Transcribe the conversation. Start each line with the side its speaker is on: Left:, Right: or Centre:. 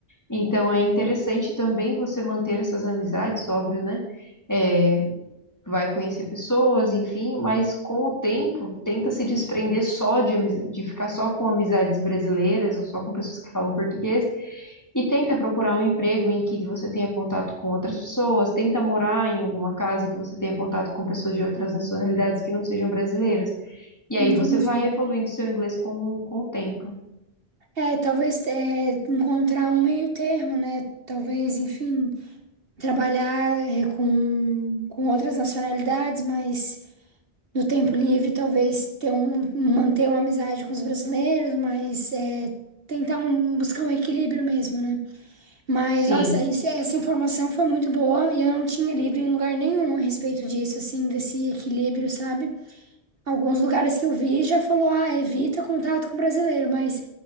Left: Então, é interessante também você manter essas amizades, óbvio, né? É, vai conhecer pessoas, enfim, mas com o tempo tenta se desprender só de, ami- de ficar só com amizades brasileiras ou só com pessoas que falam português e tenta procurar um emprego em que você tenha contato com outras pessoas, tenta morar em alguma casa que você tenha contato com pessoas de outras nacionalidades que não sejam brasileiras. E aí
Right: Entendi.
Left: você vai evoluindo seu inglês com, com o tempo.
Right: É, talvez é, encontrar um meio termo, né? Talvez, enfim, trabalhar é, com, com outras nacionalidades, mas. do tempo livre, talvez ter um, manter uma amizade com os brasileiros, mas é, tentar um- buscar um equilíbrio mesmo, né? Mas,
Left: Sim.
Right: nossa, isso- essa informação foi muito boa e eu não tinha lido em lugar nenhum a respeito disso, assim, desse equilíbrio, sabe? Alguns lugares que eu vi já falou, ah, evita contato com brasileiro, mas